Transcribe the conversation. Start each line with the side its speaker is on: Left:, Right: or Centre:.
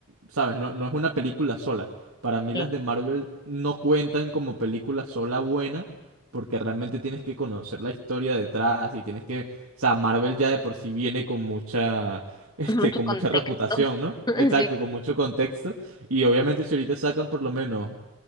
Right: sabes, no, no es una película sola. Para mí
Left: sí.
Right: las de Marvel no cuentan como película sola buena, porque realmente tienes que conocer la historia detrás y tienes que, o sea, Marvel ya de por sí viene con mucha este,
Left: Mucho
Right: con
Left: contexto.
Right: mucha reputación, ¿no?
Left: <laughs>
Right: Exacto,
Left: Sí,
Right: con mucho contexto. Y obviamente si ahorita sacan por lo menos